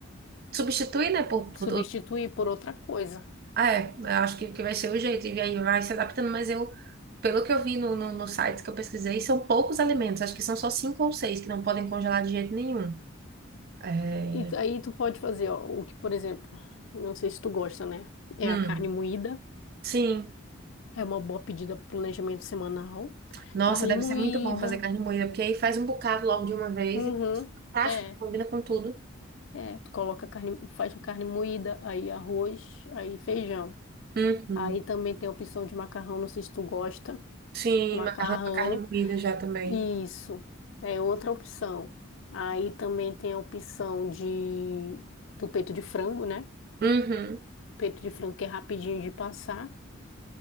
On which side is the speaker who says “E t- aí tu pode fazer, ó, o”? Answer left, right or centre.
Left